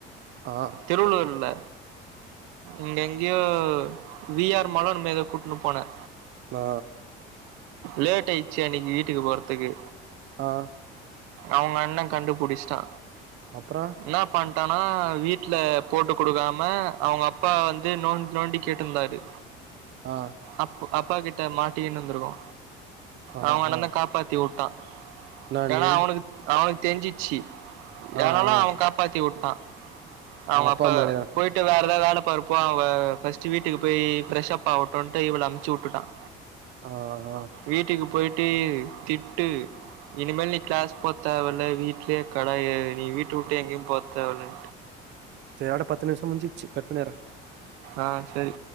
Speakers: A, on the right (about 55°); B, on the right (about 85°).
A: ஆ
B: திருவள்ளூர்ல இங்க எங்கயோ வி ஆர் மாலோ ஏதோ கூட்ன்னு போன
A: ஆ
B: லேட் ஆயிடுச்சி அன்னிக்கி வீட்டுக்கு போறதுக்கு
A: ஆ
B: அவுங்க அண்ண கண்டுபுடிச்சிட்டா
A: அப்பறோ
B: என்ன பண்ட்டானா வீட்ல போட்டு குடுக்காம அவுங்க அப்பா வந்து நோன் நோண்டி கேட்டுருந்தாரு
A: அ
B: அப் அப்பா கிட்ட மாட்டினு இருந்திருக்கோ
A: ஆ
B: அவங்க அண்ண
A: ஆ
B: தான் காப்பாத்தி வுட்டான்
A: என்னான்னு
B: ஏன்னா அவனுக்கு அவனுக்கு தெரிஞ்சிச்சி
A: ஆ
B: ஏனன்னா
A: ஆ
B: அவன் காப்பாத்தி விட்டான் அவுங்க
A: அவ
B: அப்பா
A: மாரிதா
B: போயிட் டு வேற எதாவ் வேல பாரு போ அவ ஃபஸ்ட் வீட்டுக்கு போய் ஃப்ரஷ் அப் ஆகட்டும்னு இவள அம்ச்சி விட்டுட்டான்
A: ஆ ஆ
B: வீட்டுக்கு போய்ட்டு திட்டு இனிமேல் நீ கிளாஸ் போ தேவல வீட்லே கெட நீ வீட்டு விட்டு எங்கேயு போத்தேவல்ல
A: இதோட பத்து நிமிஷம் முஞ்சுச்சு கட் பண்ணிடுறே
B: ஆ செரி